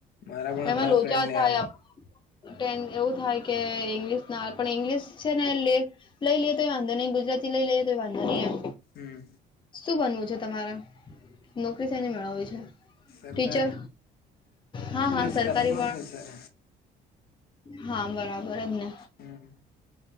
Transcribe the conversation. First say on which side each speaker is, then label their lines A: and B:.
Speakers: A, on the left; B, on the left.
A: મારા પણ
B: એમાં
A: ઘણા
B: લોચા
A: ફ્રેન્ડને
B: થયાં
A: આવી
B: ટેન એવું થાય કે ઇંગ્લિશ ના, પણ ઇંગ્લિશ છે ને એ લે લઈ લ્યે તોઈ વાંધો નહીં, ગુજરાતી લેઈ લ્યે તોય વાંધો નહીં એમ.
A: હમ્મ.
B: શું બનવું છે તમારે? નોકરી શેની મેળવવી છે?
A: સરકારી
B: ટીચર? હા,
A: પોલીસ
B: હા સરકારી
A: કા તો પ્રોફેસર
B: પણ? હા બરાબર જ ને.
A: હમ્મ.